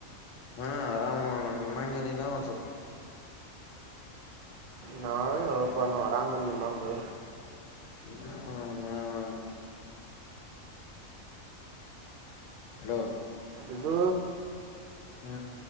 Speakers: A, on the left; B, on the right.
A: ಹಾ ಆರಾಮ್ ನೋಡಣ ನಿಮ್ಮಂಗೇನಿಲ್ಲ ಒಂದ್ ಸ್ವಲ್ಪ.
B: ನಾವೇ ನೋಡಪ್ಪ ಆರಾಮಂದುಮ್ಮ ಅದು.
A: ಹೂ ಹೂ. <inaudible> ಹಲೋ.
B: ಇದು.
A: ಹೂ.